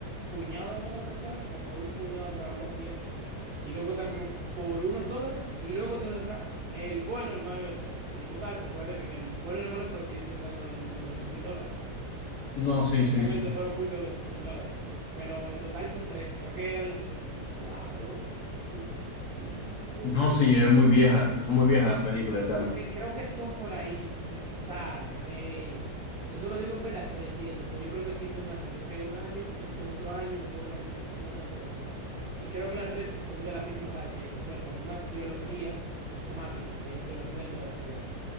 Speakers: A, on the right; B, on the left.
A: puñado de dólar, creo que era, como por un puñado de dólar, algo así era. Y luego está como por unos dólares, y luego entonces está el bueno, el malo y el feo. Y en total, recuerda que en el bueno, el malo y el feo que yo intenté en lo de los doscientos mil dólares.
B: No, sí, sí,
A: Creo
B: sí.
A: que el tesoro oculto doscientos mil dólares. Pero en total son tres. Creo que era del sesenta y cuatro sesenta y 66.
B: No, sí, es muy vieja, son muy viejas las películas y
A: Creo que, creo que son por ahí pisada, creo. Eso lo digo en vela creyendo, pero yo creo que sí son así. Creo que un año, después otro año y después otro año, una tras de otra. Y creo que las tres son de la misma, saga que, bueno, de la misma trilogía temática, que es trilogía del dólar se llama.